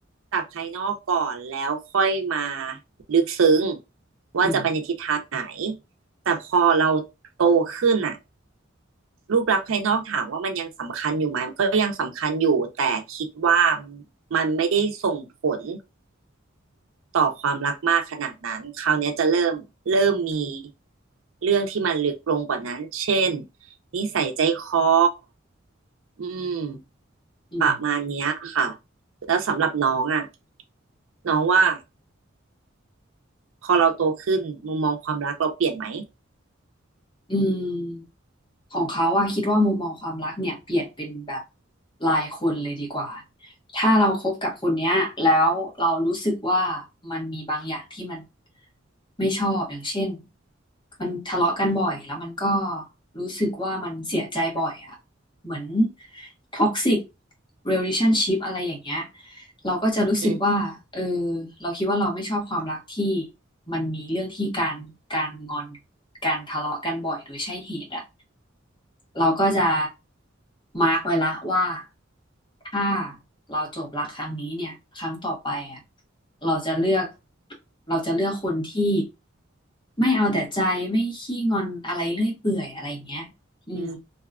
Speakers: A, on the right; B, on the left.
A: จากภายนอกก่อนแล้วค่อยมาลึกซึ้งว่าจะไปในทิศทางไหน
B: อืม
A: แต่พอเราโตขึ้นอ่ะรูปลักษณ์ภายนอกถามว่ามันยังสำคัญอยู่ไหมมันก็ยังสำคัญอยู่แต่คิดว่ามันไม่ได้ส่งผล ต่อความรักมากขนาดนั้นคราวเนี้ยจะเริ่มเริ่มมีเรื่องที่มันลึกลงกว่านั้นเช่นนิสัยใจคออืม
B: อืม
A: ประมาณเนี้ยค่ะแล้วสำหรับน้องอ่ะน้องว่าพอเราโตขึ้นมุมมองความรักเราเปลี่ยนไหม
B: อืมของเขาอะคิดว่ามุมมองความรักเนี่ยเปลี่ยนเป็นแบบรายคนเลยดีกว่าถ้าเราคบกับคนเนี้ยแล้วเรารู้สึกว่ามันมีบางอย่างที่มันไม่ชอบอย่างเช่นมันทะเลาะกันบ่อยแล้วมันก็รู้สึกว่ามันเสียใจบ่อยอะเหมือนท็อกซิกเรล t ชั่นชิพอะไรอย่างเงี้ย เราก็จะรู้สึกว่าเออ
A: อืม
B: เราคิดว่าเราไม่ชอบความรักที่มันมีเรื่องที่การการงอนการทะเลาะกันบ่อยโดยใช่เหตุอ่ะเราก็จะมาร์กไว้ละว่า ถ้าเราจบรักครั้งนี้เนี่ยครั้งต่อไปอ่ะเราจะเลือกเราจะเลือกคนที่ไม่เอาแต่ใจไม่ขี้งอนอะไรเรื่อยเปื่อยอะไรอย่างเงี้ยอืม
A: อื